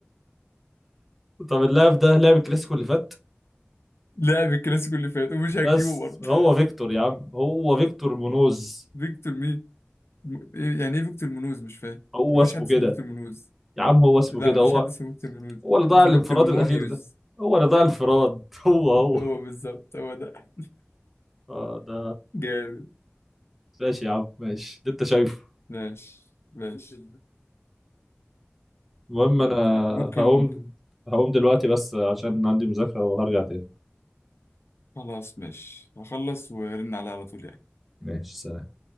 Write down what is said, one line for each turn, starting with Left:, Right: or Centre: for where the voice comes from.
Centre: طب اللاعب ده لعب الكلاسيكو اللي فات
Left: <laughs> لعب الكلاسيكو اللي فات ومش هتجيبه
Centre: بس
Left: برضه
Centre: هو فيكتور يا عم هو فيكتور مونوز
Left: فيكتور مين م- إيه- يعني ايه فيكتور منوز مش فاهم
Centre: هو
Left: مفيش
Centre: اسمه
Left: حد اسمه
Centre: كده
Left: فيكتور منوز
Centre: يا عم هو اسمه
Left: لا
Centre: كده
Left: مفيش
Centre: هو
Left: حد اسمه فيكتور منوز
Centre: هو اللي ضاع
Left: اسمه
Centre: الانفراد
Left: فيكتور مونيوز
Centre: الاخير ده هو اللي ضاع الانفراد <laughs> هو هو
Left: هو بالظبط هو ده
Centre: آه ده
Left: جامد
Centre: ماشي يا عم ماشي اللي انت شايفه
Left: ماشي ماشي
Centre: المهم انا
Left: ممكن
Centre: هقوم هقوم دلوقتي بس عشان عندي مذاكرة وهرجع تاني
Left: خلاص ماشي هخلص وارن عليه على طول يعني
Centre: ماشي سلام